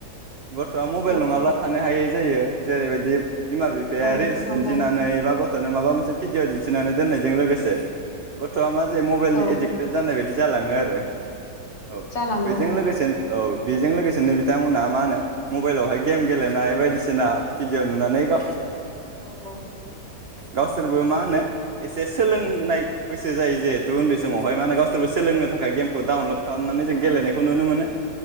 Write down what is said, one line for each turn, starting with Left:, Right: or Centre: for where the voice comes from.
Right: गथ'आ मबेल
Left: औ
Right: नङाब्ला थानो हायै जायो जेरैबायदि बिमा बिफाया
Left: औ
Right: रील्स
Left: नंगौ
Right: दिन्थिनानै एबा गथ गथ'नो माबा मोनसे भिडिअ' दिन्थिनानै दोननायजों लोगोसे गथ'आ मा जे मबाइलनि
Left: औ
Right: एडिक्टेड जानाय बायदि जालाङो आरो। औ
Left: जालाङो
Right: बेजों लोगोसेनो औ बेजों लोगोसेनो बि बिथांमोना मा होनो मबेलावहाय गेम गेलेनाय बायदिसिना भिडिअ नुनानै गाव
Left: औ
Right: गावसोरबो मा होनो
Left: औ
Right: एसे सोलोंनाय बैसो जायो जेहेथु उन्दै समावहाय मा होनो गावसोरबो सोलोंनो थाखाय गेम खौ डाउनलड खालामनानै
Left: औ
Right: जों गेलेनायखौ नुनो मोनो।